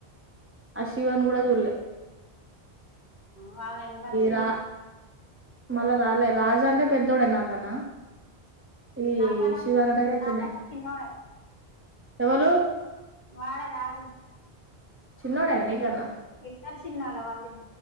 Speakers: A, on the right; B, on the left.
A: ఆశివన్ కూడా చూల్లే
B: వాళ్ళను చ్చిలి
A: రా మళ్ళా రాలే రాజు అంటే పెద్దోడే నాకన్నా ఏ
B: నాకన్నా
A: శివనగరా
B: నాకన్నా
A: చిన్నను
B: చిన్నోడే
A: ఎవళ
B: వాళ రాదు
A: చిన్నోడనా నీకన్నా
B: ఇద్దరు చిన్నాల వాళ్ళు